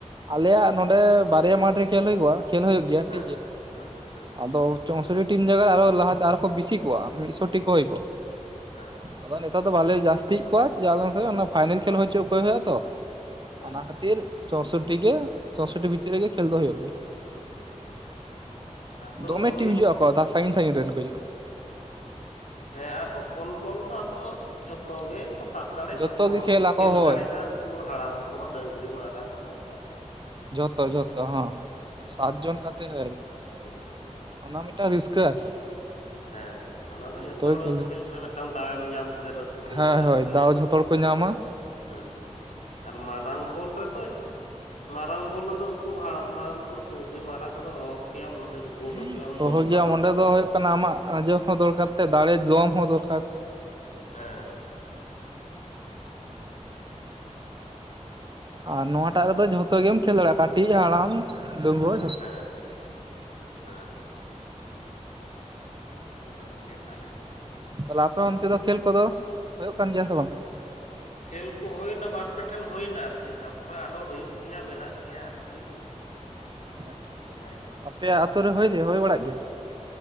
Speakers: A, on the right; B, on the left.
A: ᱟᱞᱮᱭᱟᱜ ᱱᱚᱰᱮ ᱵᱟᱨᱭᱟ ᱢᱟᱴᱷ ᱨᱮ ᱠᱷᱮᱞ ᱦᱩᱭ ᱠᱚᱼᱟ᱾ ᱠᱷᱮᱞ ᱦᱩᱭᱩᱜ ᱜᱮᱭᱟ
B: ᱦᱮᱸ
A: ᱴᱷᱤᱠ ᱜᱮᱭᱟ᱾
B: ᱦᱮᱸ ᱦᱮᱸ
A: ᱟᱫᱚᱼᱼ ᱪᱚᱥᱚᱴᱤ ᱴᱤᱢ ᱵᱮᱜᱚᱨ ᱟᱨᱚ ᱞᱟᱦᱟ ᱛᱮ ᱟᱨᱠᱚ ᱵᱤᱥᱤ ᱠᱚᱜᱼᱟ ᱢᱤᱜᱥᱚᱴᱤ ᱠᱚ ᱦᱩᱭ ᱠᱚᱜᱼᱟ᱾
B: ᱦᱮᱸ
A: ᱟᱫᱚ ᱱᱮᱛᱟᱨ ᱫᱚ ᱵᱟᱞᱮ ᱡᱟᱹᱥᱛᱤ ᱮᱜ ᱠᱚᱣᱟ ᱡᱮ ᱟᱞᱮ ᱱᱚᱛᱮ ᱫᱚ ᱚᱱᱟ ᱯᱷᱟᱭᱱᱮᱞ ᱠᱷᱮᱞ ᱦᱩᱭ ᱪᱩ ᱠᱚ ᱦᱩᱭᱩᱜᱼᱟ ᱛᱚ᱾
B: ᱦᱮᱸ
A: ᱚᱱᱟ ᱠᱷᱟᱹᱛᱤᱨ ᱪᱳᱥᱚᱴᱴᱤ ᱜᱮ ᱪᱳᱥᱚᱴᱴᱤ ᱵᱷᱤᱛᱤᱨ ᱨᱮᱜᱮ ᱠᱷᱮᱞ ᱫᱚ ᱦᱩᱭᱩᱜ ᱜᱮᱭᱟ᱾
B: ᱦᱩᱸ ᱟᱫᱚ
A: ᱫᱚᱢᱮ
B: ᱦᱳᱭ
A: ᱴᱤᱢ ᱦᱤᱡᱩᱜᱼᱟ ᱠᱚ ᱥᱟᱺᱜᱤᱧ ᱥᱟᱺᱜᱤᱧ ᱨᱮᱱ ᱠᱚ ᱦᱤᱡᱩᱜᱼᱟ᱾
B: ᱦᱮ ᱦᱮᱸ ᱟᱨ ᱦᱚᱯᱚᱱ ᱵᱚᱞ ᱫᱚ ᱟᱫᱚ ᱡᱷᱚᱛᱚ ᱜᱮᱼᱼ ᱠᱚ ᱥᱟᱵ ᱫᱟᱲᱮ
A: ᱡᱚᱛᱚ
B: ᱡᱷᱚᱛᱚ ᱦᱚᱲ
A: ᱜᱮ
B: ᱜᱮᱠᱚ
A: ᱟᱠᱚ
B: ᱠᱷᱮᱞ
A: ᱦᱳᱭ
B: ᱫᱟᱲᱮᱜᱼᱟ ᱩᱱᱠᱩ ᱦᱟᱲᱟᱢ ᱠᱚᱦᱚᱸ ᱰᱟᱹᱝᱨᱤ ᱢᱟᱨᱦᱟ ᱠᱚᱦᱚᱸ ᱟᱨᱠᱚ᱾
A: ᱡᱚᱛᱚ ᱡᱷᱚᱛᱚ ᱦᱚᱸ ᱥᱟᱛ ᱡᱚᱱ ᱠᱟᱛᱮ ᱦᱳᱭ᱾
B: ᱦᱩᱸ
A: ᱚᱱᱟ ᱢᱤᱫᱴᱟᱝ ᱨᱤᱥᱠᱟᱹ ᱟᱨᱠᱤ᱾
B: ᱦᱮᱸ ᱦᱮᱸ ᱚᱱᱟ ᱫᱚ
A: ᱡᱚᱛᱚ
B: ᱡᱷᱚᱛᱚ
A: ᱜᱮ
B: ᱦᱚᱲ
A: ᱡᱚᱝ
B: ᱠᱷᱮᱞ ᱨᱮ ᱢᱤᱫᱴᱟᱝ ᱫᱟᱣ ᱮᱢ ᱧᱟᱢ ᱠᱮᱫᱟ ᱨᱟᱹᱥᱠᱟᱹ
A: ᱦᱳᱭ
B: ᱟᱨᱠᱤ
A: ᱦᱳᱭ ᱫᱟᱣ ᱡᱷᱚᱛᱚ ᱦᱚᱲ ᱠᱚ ᱧᱟᱢᱟ
B: ᱦᱮᱸ ᱟᱨ ᱢᱟᱨᱟᱝ ᱵᱚᱞ ᱨᱮᱫᱚ ᱢᱟᱨᱟᱝ ᱵᱚᱞ ᱨᱮᱫᱚ ᱩᱱᱠᱩ ᱦᱟᱲᱟᱢ ᱦᱟᱲᱟᱢ ᱠᱚ ᱰᱟᱹᱝᱨᱤ ᱢᱟᱨᱟ ᱠᱚᱫᱚ ᱚᱦᱚ ᱠᱮᱭᱟᱢ ᱚᱱᱟ ᱫᱚ ᱜᱳᱞ
A: <unintelligible>
B: ᱦᱚᱪᱚᱜ ᱟᱢ ᱫᱚᱥ ᱵᱟᱨᱚᱴᱤ
A: ᱚᱸᱰᱮ ᱫᱚ ᱦᱩᱭᱩᱜ ᱠᱟᱱᱟ ᱟᱢᱟᱜ ᱟᱡᱸᱚ ᱦᱚᱸ ᱫᱚᱨᱠᱟᱨ ᱥᱮ ᱫᱟᱲᱮ ᱡᱚᱢ ᱦᱚᱸ ᱫᱚᱨᱠᱟᱨ
B: ᱦᱮᱸ
A: ᱟᱨ ᱱᱚᱣᱟᱴᱟᱜ ᱨᱮᱫᱚ ᱡᱷᱚᱛᱚ ᱜᱮᱢ ᱠᱷᱮᱞ ᱫᱟᱲᱮᱭᱟᱜᱼᱟ ᱠᱟᱹᱴᱤᱡ ᱦᱟᱲᱟᱢ ᱰᱟ. ᱝᱜᱩᱣᱟᱹ
B: ᱦᱮᱸ ᱦᱮᱸ ᱵᱷᱟᱜᱮ ᱜᱮ ᱛᱟᱦᱚᱞᱮ
A: ᱛᱟᱦᱞᱮ ᱟᱯᱮ ᱚᱱᱛᱮ ᱫᱚ ᱠᱷᱮᱞ ᱠᱚᱫᱚ ᱦᱩᱭᱩᱜ ᱠᱟᱱ ᱜᱮᱭᱟ ᱥᱮ ᱵᱟᱝ?
B: ᱠᱷᱮᱞ ᱠᱚ ᱦᱳᱭᱱᱟ ᱵᱟᱨ ᱯᱮ ᱴᱷᱮᱱ ᱦᱳᱭᱱᱟ ᱟᱨᱠᱤ ᱛᱟᱯᱚᱨᱮ ᱟᱨᱚ ᱦᱩᱭᱩᱜ ᱜᱮᱭᱟ ᱢᱮᱱᱟᱜ ᱜᱮᱭᱟ ᱟᱨᱠᱤ᱾
A: ᱟᱪᱪᱷᱟ
B: ᱱᱮᱰᱟᱭ ᱠᱮᱫᱟᱢ
A: ᱟᱯᱮᱭᱟᱜ ᱟᱛᱳ ᱨᱮ ᱦᱳᱭ ᱦᱳᱭ ᱵᱟᱲᱟᱜ ᱜᱮᱭᱟ?